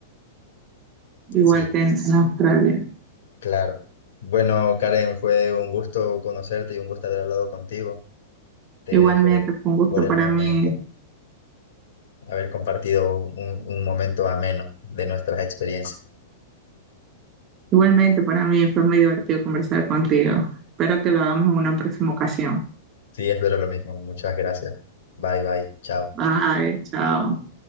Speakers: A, on the right; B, on the left.
A: igual
B: sí,
A: que en, en Australia.
B: claro. Bueno, Karen, fue un gusto conocerte y un gusto haber hablado contigo. Te
A: Igualmente,
B: dejo
A: fue un gusto
B: por el
A: para
B: momento.
A: mí.
B: haber compartido un, un momento ameno de nuestras experiencias.
A: Igualmente, para mí fue muy divertido conversar contigo. Espero que lo hagamos en una próxima ocasión.
B: Sí, espero lo mismo. Muchas gracias. Bye, bye. Chao.
A: Bye, chao.